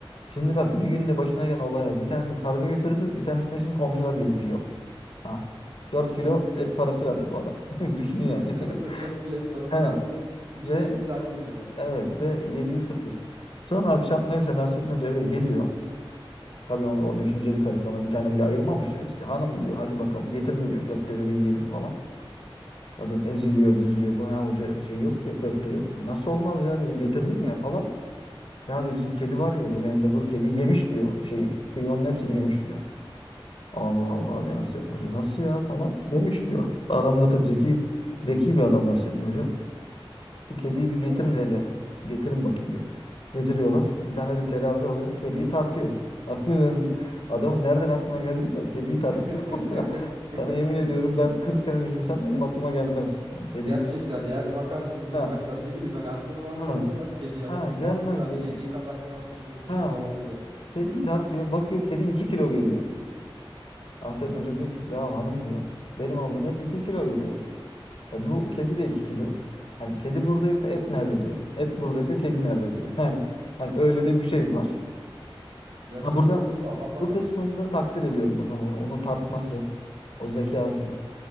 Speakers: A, on the left; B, on the right.
A: Şimdi bak bir günde başına gelen olaya bir tanesini karga götürdü. Bir tanesini şimdi komşular gelip yiyor. Ha. 4 kilo et parası verdi bu adam. <laughs> Düşün yani.
B: <laughs>
A: <laughs>
B: 4 kilo et parası
A: He.
B: verdi. Mideye
A: Ve
B: bir tane girmedi ama.
A: evet ve yediği sıfır. Sonra akşam neyse Nasrettin Hoca eve geliyor. Tabii onun, o düşünceli karısı ona bir tane bile ayırmamış ya. İşte hanım diyor hadi bakalım getir de diyor köfteleri yiyelim falan. Kadın eziliyor büzülüyor falan. Ya hoca şey yok diyor köfte yok diyor. Nasıl olmaz ya diyor getirdim ya falan. Ya diyor bizim kedi var ya diyor, mendebur kedi yemiş diyor şeyi. Kıymanın hepsini yemiş diyor. Allah Allah diyor Nasrettin Hoca. Nasıl ya falan. Yemiş diyor. Adam da tabii zeki zeki bir adam Nasrettin Hoca. Bu kediyi bir getirin
B: Tabii.
A: hele. Getirin bakayım diyor. Getiriyorlar. Bir tane de terazi alıyor. Kediyi tartıyor. <laughs> Aslında adamın nereden aklına geldiyse o kediyi tartıyor.
B: <laughs>
A: <laughs> Sana yemin ediyorum ben 40 sene düşünsem benim aklıma gelmez. Yani kediyi
B: Gerçekten yani bakarsın bir uzaktan
A: ha
B: ne bileyim hani aklına o an
A: ha
B: gelmez abi. Kediyi alıp
A: ha
B: da tartayım
A: gelmez
B: da hani
A: diyor.
B: yediği kadar gramajını ölçeyim
A: Ha
B: falan diye.
A: kediyi tartıyor. Bakıyor kedi 2 kilo geliyor. Nasrettin Hoca diyor ki ya hanım diyor benim aldığım et 2 kiloydu diyor. E bu kedi de 2 kilo. Hani kedi buradaysa et nerede diyor. Et buradaysa kedi nerede diyor. <laughs> Yani hani öyle de bir şey var.
B: Gerçekten
A: Ha burada
B: doğru adam da
A: bu
B: haklı.
A: kısmında takdir ediyorum bak hani onu, onu tartması, o zekası